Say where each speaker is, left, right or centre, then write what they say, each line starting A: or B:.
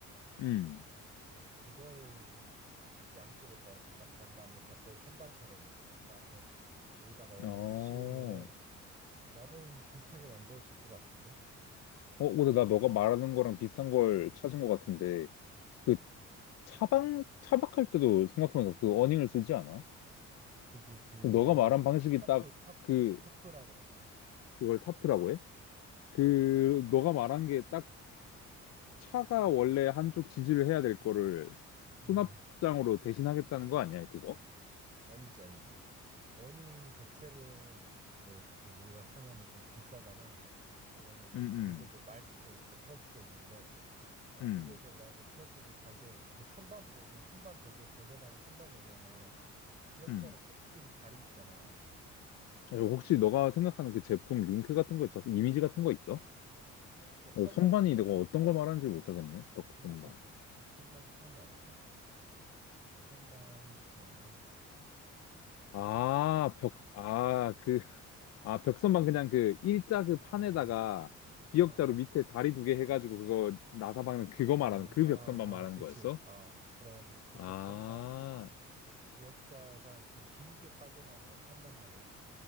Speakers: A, on the left; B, on the right.
A: 음.
B: 어 그거를 양쪽에다 이렇게 딱 단 다음에 벽걸이 선반처럼 이렇게 단 다음에 거기다가 어닝을
A: 어.
B: 씌우면은 나름 비슷하게 만들어질 것 같은데.
A: 어, 근데
B: 음,
A: 나 너가 말하는 거랑 비슷한 걸
B: 네.
A: 찾은 것 같은데.
B: 어,
A: 그 차박, 차박할 때도 생각하면서 그 어닝을 쓰지 않아?
B: 그치 그런
A: 너가 말한 방식이
B: 타프
A: 딱
B: 타프
A: 그,
B: 타프라 그러지.
A: 그걸 타프라고 해?
B: 어.
A: 그, 너가 말한 게 딱 차가 원래 한쪽 지지를 해야 될 거를
B: 음.
A: 수납장으로 대신하겠다는 거 아니야, 그거?
B: 아니지, 아니지. 어닝 자체는 이제 그 우리가 사면은 좀 비싸잖아. 그거는 이렇게
A: 응,
B: 돌돌돌
A: 응,
B: 말 수도 있고 펼 수도 있는데, 그러니까
A: 응,
B: 돌돌돌 말고 펴지 못하게 그 선반 보면 선반 벽에 벽에 다는 선반 보면은 기역자로
A: 응.
B: 꺾인 다리 있잖아.
A: 혹시 너가 생각하는 그 제품 링크 같은 거 있어서 이미지 같은 거 있어?
B: 그냥 벽선만
A: 어, 선반이
B: 치면
A: 내가
B: 나올걸?
A: 어떤 걸 말하는지 못하겠네. 벽
B: 그냥
A: 선반.
B: 벽 벽선만 치면 나올걸? 벽선만 보면
A: 아,
B: 벽선
A: 벽, 아, 그, 아, 벽선반
B: 아,
A: 그냥 그 일자
B: 아,
A: 그
B: 아,
A: 판에다가 기역자로
B: 아, 아,
A: 밑에 다리 두개 해가지고 그거 나사 박는
B: 아,
A: 그거
B: 아,
A: 말하는 그
B: 아,
A: 벽선반 말하는
B: 아, 그치.
A: 거였어?
B: 어, 그래가지고 그
A: 아,
B: 벽선반 그 기역자가 좀 길게 빠져나온 걸 판단 말이야.